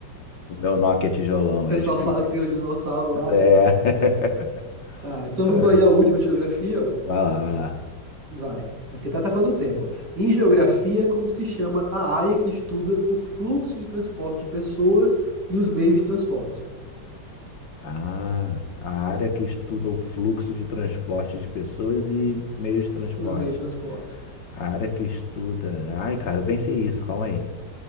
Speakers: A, on the left; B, on the right.
A: O meu Nokia tijolão,
B: O pessoal
A: é difícil.
B: fala que tem os dinossauros lá,
A: É.
B: né?
A: <laughs>
B: Tá, então vamos aí a última de geografia, ó.
A: Vai lá, vai lá.
B: Vai. Aqui tá, tá falando o tema. Em geografia, é como se chama a área que estuda o fluxo de transporte de pessoa e os meios de transporte?
A: Ah, a área que estuda o fluxo de transporte de pessoas e meios de transporte.
B: Os meios de transporte.
A: A área que estuda. Ai, cara, eu bem sei isso, calma aí.